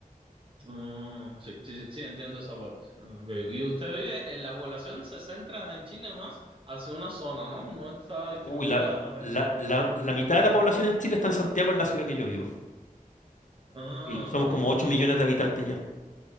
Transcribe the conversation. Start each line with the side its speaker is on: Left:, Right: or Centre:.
Right: ah, sí, sí, sí, sí, entiendo esa parte. Ah, qué bien. Y usted vive, eh, la población se centra en Chile más hacia una zona, ¿no? No está distribuida
Left: Uy, la,
Right: de manera
Left: la-
Right: igual.
Left: la- la mitad de la población en Chile está en Santiago, en la ciudad que yo vivo.
Right: Ah,
Left: Sí, somos
Right: ok,
Left: como
Right: ok.
Left: 8 millones de habitantes ya.